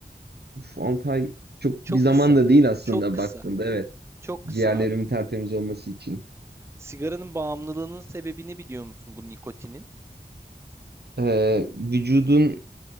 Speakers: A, on the right (about 70°); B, on the right (about 15°).
A: Uf, 6 ay çok
B: Çok
A: bir zaman
B: kısa.
A: da değil aslında
B: Çok kısa.
A: baktığında. Evet.
B: Çok kısa
A: Ciğerlerimin tertemiz olması için.
B: Sigaranın bağımlılığının sebebini biliyor musun bu nikotinin?
A: Ee, vücudun